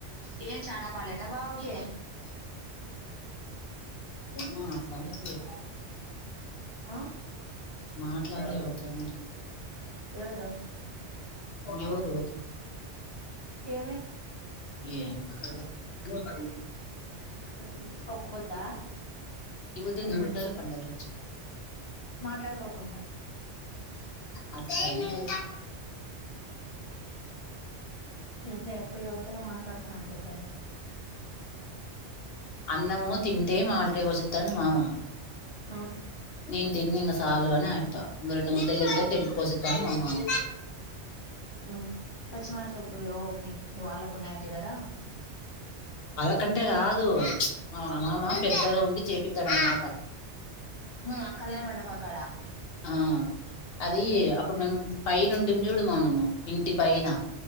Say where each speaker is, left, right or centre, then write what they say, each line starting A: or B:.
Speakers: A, on the left; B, on the left.
A: ఎమ్ చానా బాలేద బావకి
B: మాట్లాడదు
A: ఆ‌
B: మాట్లాడ్ను ఎవరితోనో
A: ఎవరు
B: ఎవురు
A: ఏమి
B: ఏందో డో సగం లే
A: హ్మ్ ఓకపోద్దా
B: ఈ పొద్దు ఎందుకు ఉంటారు పండగరోజు
A: మాట్లాడుకోకుండా
B: అట్లేం లేదు
A: ఏందే ఆయప్ప ఎవరితోనో మాట్లాడుతున్నాడు పెద్దాయప్ప
B: అన్నము తింటే మామిడికాయ కోసిత్తాడట మామ
A: మ్మ్
B: నేను తిన్ను ఇంగ సాలు అని ఆయప్ప ఇంగ రెండు ముద్దలు తింటే తిన్ కోసిత్త అని మా మామ
A: హ్మ్ పశ్చిమాడికాయలు యో మి మీవాళ్లకి ఉన్నయంటివి కదా
B: క్కంటే కాదు మా మామామ పెద్దగా ఉండి చేపిత్తాడన్నమాట
A: ఆ కళ్యాణ మండపం కాడా
B: ఆ అది అప్పుడు మేము పైనుంటిమి చూడు మనము ఇంటి పైనా